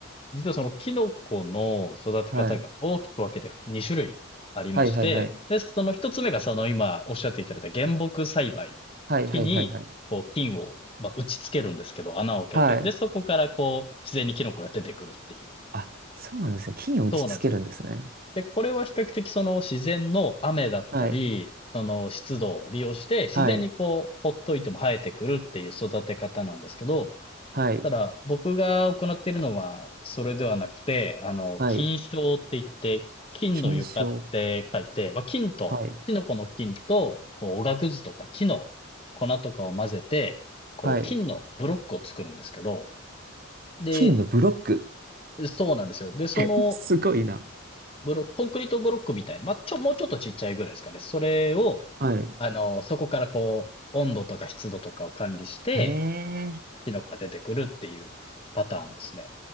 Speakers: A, on the left; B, on the right.
A: 実はそのキノコの育て方が大きく分けて2種類ありまして、
B: はい。はいはいはい。
A: で、その1つ目がその今おっしゃっていただいた原木栽培。
B: はいはいはいはい。
A: 木に、こう、菌を、まあ、打ち付けるんですけど、穴を開けて、
B: はい。
A: で、そこからこう、自然にキノコが出てくるっていう。
B: あ、そうなんですね。菌を打ちつけるんですね。
A: そうなんですよ。で、これは比較的その自然の雨だったり、
B: はい。
A: その湿度を利用して自然にこう、
B: はい。
A: ほっといても生えてくるっていう育て方なんですけど、
B: はい。
A: ただ僕が行っているのはそれではなくて、あの、
B: はい。
A: 菌床って言って、菌の床って書いて、
B: 菌床。
A: まあ、菌と、
B: はい。
A: キノコの菌と、こう、おがくずとか木の粉とかを混ぜて、こう、
B: はい。
A: 菌のブロックを作るんですけど、で、
B: 菌のブロック。
A: そうなんですよ。で、その
B: <laughs> すごいな。
A: ブロ、コンクリートブロックみたいな、まあ、ちょ、もうちょっとちっちゃいぐらいですかね。それを、
B: はい。
A: あの、そこからこう、温度とか湿度とかを管理して、
B: へえ。
A: キノコが出てくるっていうパターンですね。